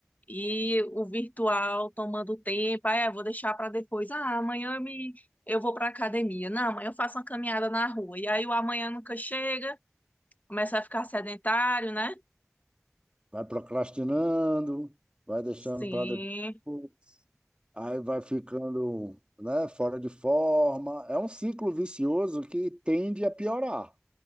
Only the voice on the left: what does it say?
e o virtual tomando tempo. Ah, é, vou deixar para depois. Ah, amanhã eu me... eu vou para academia. Não, amanhã eu faço uma caminhada na rua. E aí o amanhã nunca chega, começa a ficar sedentário, né?
Sim.